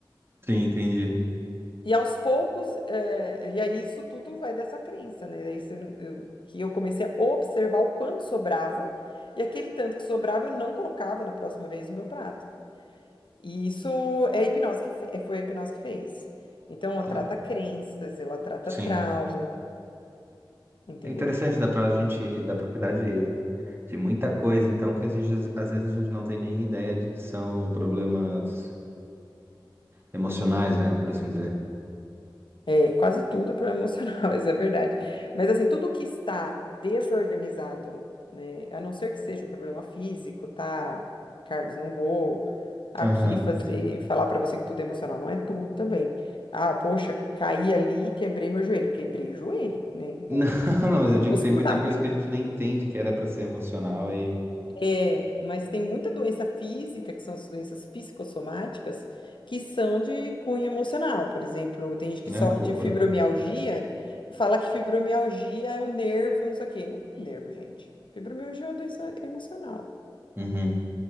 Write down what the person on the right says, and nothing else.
Sim, entendi.
Ah,
sim.
É interessante, dá pra gente, dá pra cuidar de, de muita coisa, então, que a gente, às vezes a gente não tem nem ideia de que são problemas emocionais, né? Por assim dizer.
Aham.
Não, <laughs> não, mas
eu digo
que tem muita coisa que a gente nem entende que era pra ser emocional e.
Ah,
que loucura.
Uhum.